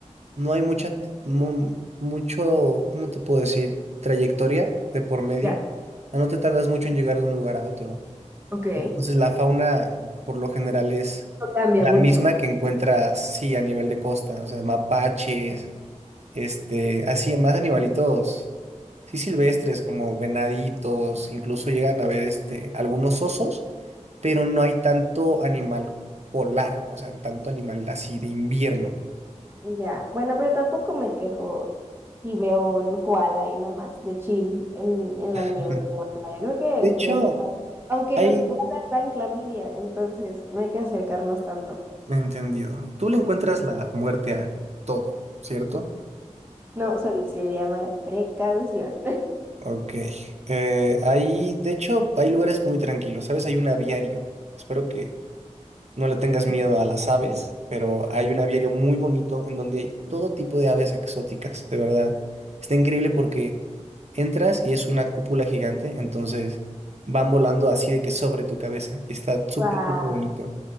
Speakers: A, on the right; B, on the right.
A: no hay mucha, t- mu- mucho, ¿cómo te puedo decir? Trayectoria de por medio.
B: ya,
A: Ah, No te tardas mucho en llegar de un lugar a otro.
B: ok.
A: Entonces, la fauna, por lo general, es
B: No cambia
A: la
B: mucho.
A: misma que encuentras, sí, a nivel de costa, o sea, mapaches, este, así, más animalitos, sí, silvestres, como venaditos, incluso llegan a ver, este, algunos osos pero no hay tanto animal polar, o sea, tanto animal así de invierno.
B: Ya, bueno, pero tampoco me quejo si veo un koala ahí nomás de chill en, en la nieve
A: <laughs>
B: o en la playa. Creo que
A: De
B: estaríamos,
A: hecho,
B: aunque
A: hay...
B: los koalas dan clamidia, entonces no hay que acercarnos tanto.
A: Entendido. Tú le encuentras
B: <laughs>
A: la muerte a todo, ¿cierto?
B: No, solo se le llama precaución. <laughs>
A: Ok. Eh, ahí, de hecho, hay lugares muy tranquilos, ¿sabes? Hay un aviario. Espero que No le tengas miedo a las aves, pero hay un aviario muy bonito en donde hay todo tipo de aves exóticas, de verdad. Está increíble porque entras y es una cúpula gigante, entonces van volando así de que sobre tu cabeza. y Está súper,
B: Guau,
A: súper bonito.